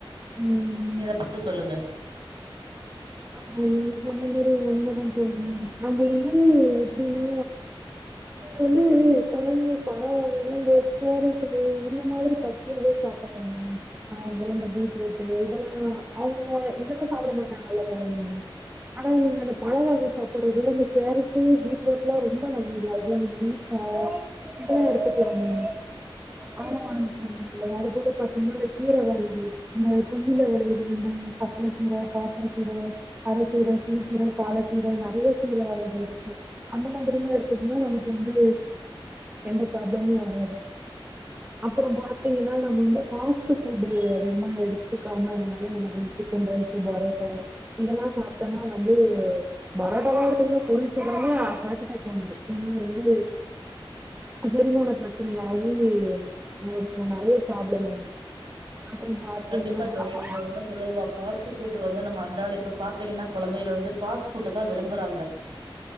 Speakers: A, on the right (about 20°); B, on the right (about 60°).
A: ம்
B: நீங்க இத பத்தி சொல்லுங்க
A: ம் நீங்க இப்ப சொன்ன மாரி உண்மதா தோழி நம்ப வந்து எப்டினா அ நீங்களு கொழந்த பழவகைகள் இந்த கேரட்டு இது இந்த மாதிரி பச்சையாவே சாப்பிட்லாமே ஆ வெளஞ்ச பீட்ரூட்டு இதெல்லா அவ்ங்க இதெல்லா சாப்ட மாட்டாங்கல்ல கொழந்தைங்க ஆனா நீங்க அந்த பழ வாங்கி சாப்ட்றத விட இந்த கேரட்டு பீட்ரூட்லா ரொம்ப நல்லது அது அந்த நெல்லிக்கா இதெல்லா எடுத்துக்லாம்மா அதெல்லா உனக்கு ரொம்ப நல்லது அது போல பாத்தீங்னா அந்த கீர வகைகள் இந்த கெள்ளில வெளையுதுல அந்த பசல கீர கார்சர கீர அரக்கீரருக்கு சிறுக்கீர பாலக்கீர நெறய கீர வகைகள் இருக்கு அந்த மாதிரிலா எடுத்துக்குன்னா நமக்கு வந்து எந்த ப்ராப்ளமு வராது அப்பற பாத்தீங்கன்னா நம்ம வந்து ஃபாஸ்ட் ஃபுட்டு அதிகமா எடுத்துக்காம இருந்தாலே நமக்கு வந்து சிக்கன் ரைஸு பரோட்டாவோ இதெல்லா சாப்டனா வந்து வர <inaudible> ஹார்ட் அட்டாக் வந்துடும் ஏன்னா வந்து செரிமானப்பிரச்சனை ஆயி <unintelligible> நெறய ப்ராப்ளம் வந்துரு அப்புறோ பாத்தீங்கன்னா
B: கண்டிப்பா தோழி
A: ஆமா
B: நீங்க உண்ம சொல்றதுதா பாஸ்ட்டு புட்டு வந்து நம்ம அன்றாட இப்ப பாத் தீங்கன்னா கொழந்தைளு வந்து ஃபாஸ்ட்ஃபுட்ட தா விரும்புறாங்க